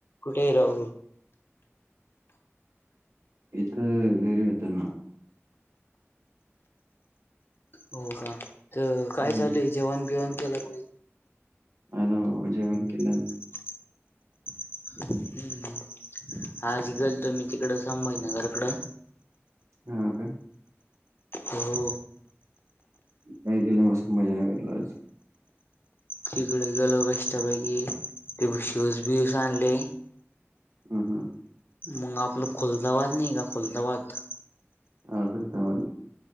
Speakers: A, on the left (about 50°); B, on the right (about 85°).
A: कुठे राहु.
B: इथ घरी होत ना.
A: हो का तर काय
B: हम्म.
A: चालय जेवाण बिवाण केलका?
B: आला बाबा, जेवण
A: <inaudible>
B: <inaudible>
A: हम्म आज गेलतो तिकड संभाजीनगर कड
B: हा का.
A: हो.
B: काय गि मस्त मजा कराला आज.
A: चिकडे गेलो मस्त पैकी तिकडुन शूज बीस आणले.
B: हम्म हम्म.
A: मग आपलं खुलताबाद नाही का खुलताबाद
B: हा खुलताबाद..